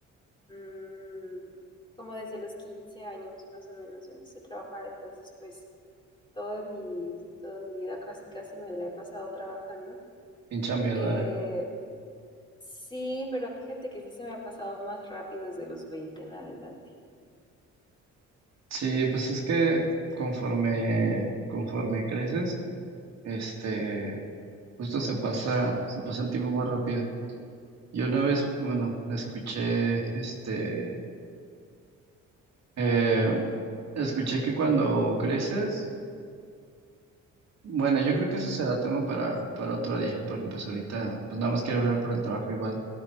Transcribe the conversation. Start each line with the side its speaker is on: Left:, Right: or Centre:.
Left: mm, como desde los 15 años más o menos empecé a trabajar, entonces pues toda mi, toda mi vida casi casi me la he pasado trabajando.
Right: Bien chambeadora.
Left: Eh, sí, pero fíjate que sí se me ha pasado más rápido desde los 20 en adelante. <laughs>
Right: Sí, pues es que conforme, conforme creces, este, justo se pasa, se pasa el tiempo más rápido. Yo una vez, bueno, escuché, este, eh, Escuché que cuando creces, bueno, yo creo que eso será tema para, para otro día, porque pues ahorita, pues nada más quiero hablar por el trabajo igual.